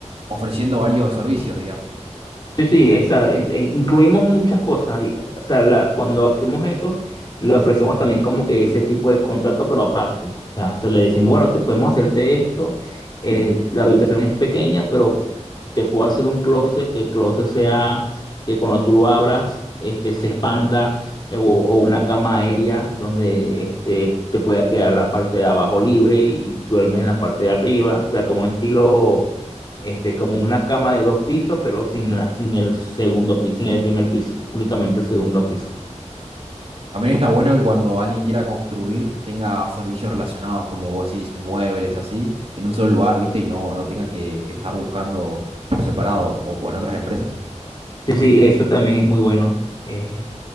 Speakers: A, on the right; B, on the left.
A: ofreciendo varios servicios, digamos.
B: Sí, sí, esa, es- eh, incluimos muchas cosas. diga- O sea, la- cuando hacemos eso, le ofrecemos también como que ese tipo de contrato, pero aparte. O sea, se le decimos, bueno, te podemos hacerte esto. eh, la habitación es pequeña, pero te puedo hacer un closet, que el closet sea, que cuando tú lo abras, este, se expanda, eh, o, o una cama aérea donde este, te pueda quedar la parte de abajo libre y duermes en la parte de arriba. O sea, como un estilo este, como una cama de dos pisos, pero sin, la- sin el segundo piso, sin el primer piso, únicamente el segundo piso.
A: También está bueno que cuando alguien quiera construir tenga servicios relacionados, como vos decís, muebles así, en un solo lugar, ¿viste? Y no, no tenga que, que estar buscando por separado o, o en otras empresas.
B: Sí, sí, eso también es muy bueno. eh,